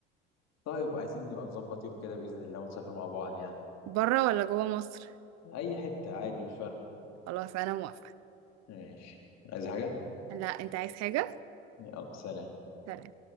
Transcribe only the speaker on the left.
طيب عايزين نبقى نظبط يوم كده بإذن الله ونسافر مع بعض يعني
أي حتة عادي مش فارقة
ماشي عايز حاجة؟
يلا سلام